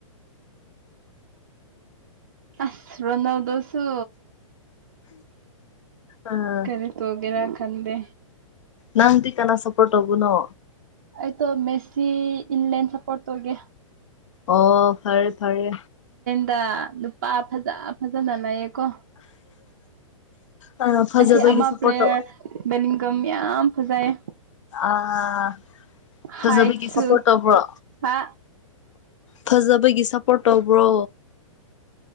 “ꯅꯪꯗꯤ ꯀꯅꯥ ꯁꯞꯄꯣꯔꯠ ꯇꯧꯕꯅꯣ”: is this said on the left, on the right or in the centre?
Left